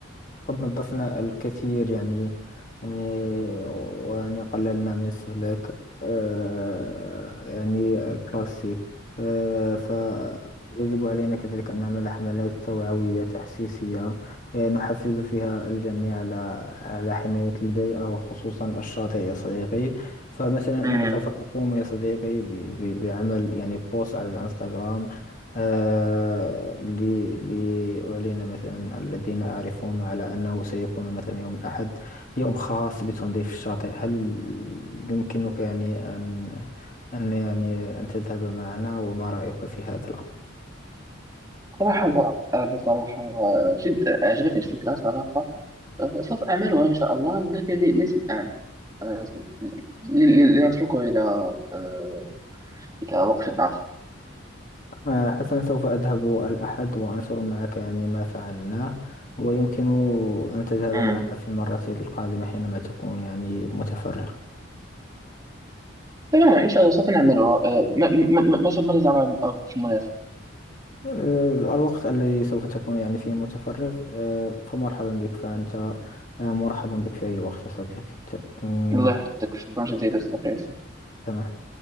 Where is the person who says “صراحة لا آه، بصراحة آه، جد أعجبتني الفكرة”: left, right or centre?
Right